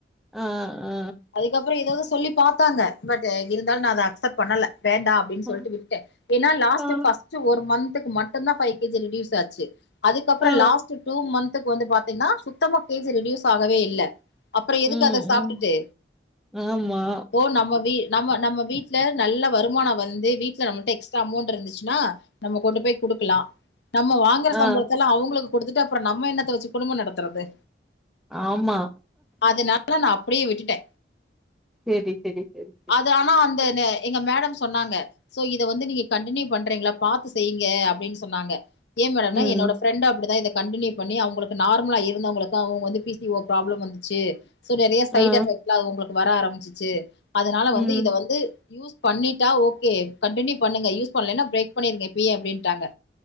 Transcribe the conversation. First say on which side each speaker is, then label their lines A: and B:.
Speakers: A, in the centre; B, on the left.
A: ஆ ஆ
B: அதுக்கப்புறோ எதாவது சொல்லி பாத்தாங்க பட் இருந்தாலு நா அத அக்செப்ட் பண்ணல வேண்டா அப்டின்னு சொல்லிட்டு
A: ஆ
B: விட்டே ஏன்னா லாஸ்ட்
A: ஆ
B: ஃபஸ்ட் ஒரு மந்த்துக்கு மட்டும்தா ஃபை கேஜி ரெட்யூஸ் ஆச்சு அதுக்கப்புற
A: ஆ
B: லாஸ்ட் டூ மன்ந்துக்கு வந்து பாத்தீங்கன்னா சுத்தமா கே ஜி ரெடியூஸ் ஆகவே இல்ல அப்புற எதுக்கு
A: ம்
B: அத சாப்ட்டுட்டு
A: ம் ஆமா
B: இப்போ நம்ம வீ நம்ம நம்ம வீட்ல நல்ல வருமானம் வந்து வீட்ல நம்மட்ட எக்ஸ் அமௌண்ட் இருந்துச்சுன்னா நம்ம கொண்டு போய் குடுக்கலா நம்ம வாங்கற
A: ஆ
B: சம்பளத்தல்லா அவங்களுக்கு கொடுத்துட்டு அப்புற நம்ம என்னத்த வச்சு குடும்பம் நடத்துறது
A: ஆமா
B: அதனால நா அப்டியே விட்டுட்டே
A: சேரி சேரி சேரி
B: அது ஆனா அந்த லே எங்க மேடம் சொன்னாங்க சோ இத வந்து நீங்க கண்டினியூ பண்றீங்களா பாத்து செய்யுங்க அப்டின்னு சொன்னாங்க ஏ மேடம்ன்னா
A: ம்
B: என்னோட ஃப்ரண்ட்டு அப்டிதா இத கண்டினியூ பண்ணி அவங்களுக்கு நார்மலா இருந்தவர்களுக்கு பி சி ஓ ப்ராப்ளம் வந்துச்சு சோ நறைய சைட்
A: ஆ
B: எஃபெக்ட்லா அது உங்களுக்கு வர ஆரம்பிச்சிச்சு அதனால
A: ம்
B: வந்து இத வந்து யூஸ் பண்ணிட்டா ஓகே கண்டினியூ பண்ணுங்க யூஸ் பண்ணலன்னா பிரேக் பண்ணிருங்க இப்பயே அப்டின்டாங்க